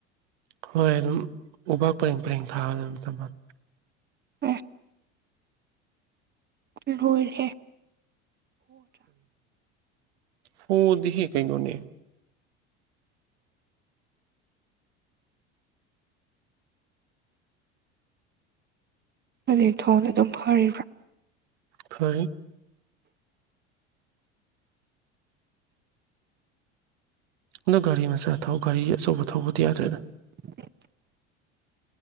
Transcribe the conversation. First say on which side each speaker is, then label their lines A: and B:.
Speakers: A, on the right; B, on the right.
A: ꯍꯣꯏ ꯑꯗꯨꯝ ꯎꯄꯥꯛ ꯄꯔꯦꯡ ꯄꯔꯦꯡ ꯊꯥꯕ ꯑꯗꯨ ꯑꯗꯨꯝ ꯊꯝꯃꯒꯦ
B: ꯑꯥ ꯂꫭꯏꯔ ꯍꯦ
A: ꯍꫭꯗꯤ ꯀꯩꯅꯩꯅꯣꯅꯦ
B: ꯂꯦꯟ ꯊꯣꯡꯅ ꯑꯗꯨꯝ ꯐꯔꯤꯕ꯭ꯔꯥ
A: ꯍꯣꯏ ꯑꯗꫭ ꯒꯥꯔꯤ ꯃꯆꯥ ꯊꯧ ꯒꯥꯔꯤ ꯑꯆꯧꯕ ꯊꯧꯕꯗꯤ ꯌꯥꯗ꯭ꯔꯣꯏꯗ
B: <unintelligible>